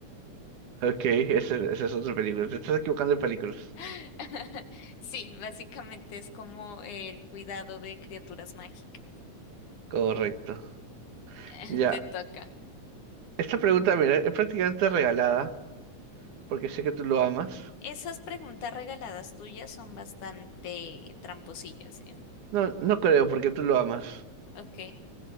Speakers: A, on the right; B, on the left.
A: Ok, ese- esa es otra película. Te estás equivocando de películas.
B: <laughs> Sí, básicamente es como el cuidado de criaturas mágicas.
A: Correcto.
B: <laughs>
A: Ya.
B: Te toca.
A: Esta pregunta, mira, es prácticamente regalada, porque sé que tú lo amas.
B: Esas preguntas regaladas tuyas son bastante tramposillas, ¿eh?
A: No, no creo, porque tú lo amas.
B: Ok.